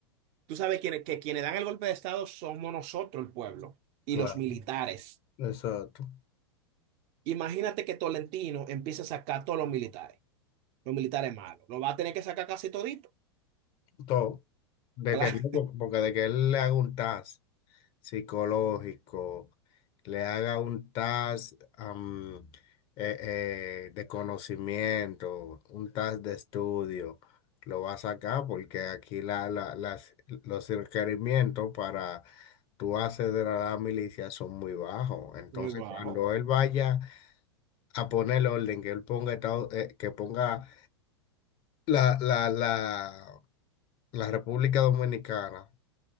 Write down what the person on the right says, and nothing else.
Tú sabes que, que quienes dan el golpe de estado somos nosotros, el pueblo, y
los militares.
Imagínate que Tolentino empieza a sacar todos los militares, los militares malos. Lo va a tener que sacar casi todito.
Claro,
<laughs> muy bajo.